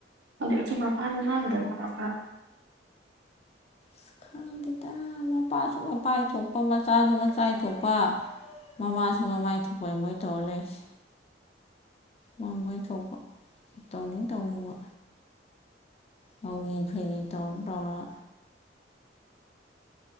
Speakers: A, on the right; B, on the left.
A: ꯑꯗꯣ ꯏꯆꯦ ꯃꯄꯥꯁꯎ ꯉꯥꯡꯗꯖꯥꯠꯂꯣ ꯈꯔ
B: ꯑꯁ ꯈꯪꯗꯦꯗ ꯃꯄꯥꯁꯨ ꯃꯄꯥꯥꯏ ꯊꯣꯛꯄ ꯃꯆꯥꯁꯨ ꯃꯆꯥꯥꯏ ꯊꯣꯛꯄ ꯃꯃꯥꯁꯨ ꯃꯃꯥꯏ ꯊꯣꯛꯄ ꯃꯣꯏ ꯇꯧꯔ ꯂꯩꯁꯦ ꯃꯥꯏ ꯃꯥꯏ ꯊꯣꯛꯄ ꯇꯧꯅꯤꯡ ꯇꯧꯅꯤꯡꯕ ꯉꯥꯎꯔꯤ ꯐꯩꯔꯤ ꯇꯧ ꯇꯧꯔ